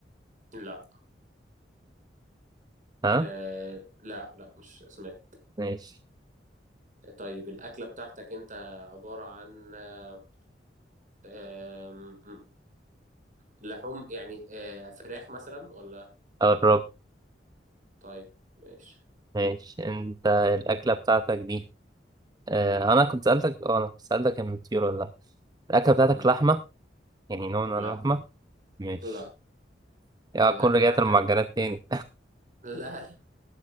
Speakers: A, on the right (about 45°); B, on the right (about 20°).
A: لا
B: ها
A: آه لا لا مش اسماء
B: ماشي
A: طيب الاكله بتاعتك انت عباره عن آه آه لحوم يعني آه، فراخ مثلا ولا
B: قرب
A: طيب ماشي
B: ماشي انت الأكلة بتاعتك دي اه أنا كنت سألتك اه أنا كنت سألتك من الطيور ولا لأ الأكلة بتاعتك
A: مم.
B: لحمة يعني نوع من
A: لا
B: اللحمة ماشي
A: لا
B: يا
A: الأكلة
B: أكون رجعت
A: بتاعتك
B: المعجنات تاني
A: <laughs> لا لا